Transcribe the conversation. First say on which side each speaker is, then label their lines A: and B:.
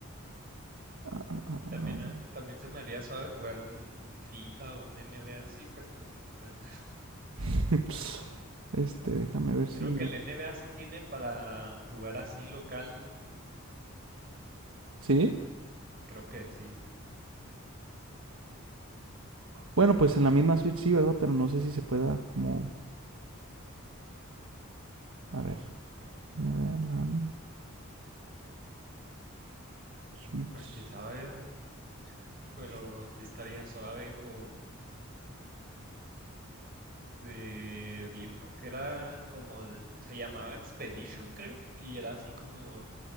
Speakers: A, on the right; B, on the right.
A: Ah, ah, ah,
B: También,
A: ah.
B: a- también se me haría suave jugar un FIFA o un NBA así, pero pues no, ¿verdad? <laughs>
A: <laughs> Este, déjame ver si...
B: Creo que el NBA sí tiene para jugar así local,
A: ¿Sí?
B: creo que sí.
A: Bueno, pues en la misma Switch sí, ¿verdad? Pero no sé si se pueda como... A ver. NBA LAN Switch.
B: Pues quién sabe, ¿verdad? pero
A: sí,
B: sí estaría suave. O de, vi uno que era como, de- se llamaba Expedition, creo, y era así como